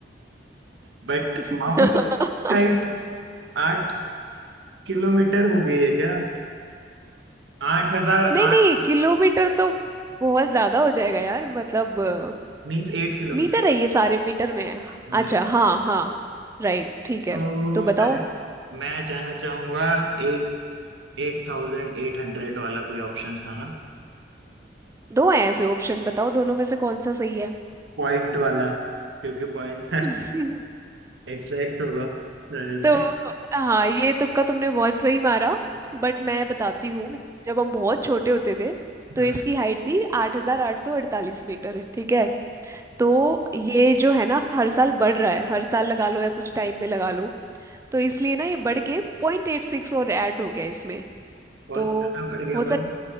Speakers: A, on the right; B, on the right.
A: बट
B: <laughs>
A: माउंट हाइट <laughs> आठ किलोमीटर हो गई है क्या आठ हजार
B: नहीं
A: आठ
B: नहीं किलोमीटर तो बहुत ज्यादा हो जाएगा यार मतलब अ,
A: मीन्स एट किलोमीटर
B: मीटर है ये सारे मीटर में है
A: नहीं
B: अच्छा हाँ हाँ राइट ठीक
A: तो
B: है तो बताओ
A: I- मैं जाना चाहूंगा eight eight thousand eight hundred वाला कोई ऑप्शन था
B: दो हैं ऐसे ऑप्शन बताओ दोनों में से कौन सा सही है
A: पॉइंट वाला क्योंकि पॉइंट
B: <laughs>
A: एग्जैक्ट <laughs> होगा रजत।
B: तो हाँ ये तुक्का तुमने बहुत सही मारा बट मैं बताती हूँ जब हम बहुत छोटे होते थे तो
A: हाँ
B: इसकी हाइट थी आठ हजार आठ सौ अड़तालीस मीटर ठीक है तो ये जो है ना हर साल बढ़ रहा है हर साल लगा लो या कुछ टाइम में लगा लो तो इसलिए ना ये बढ़ के पॉइंट एट सिक्स और ऐड हो गया इसमें
A: बहुत
B: तो
A: ज्यादा बढ़ गया
B: हो सक
A: पर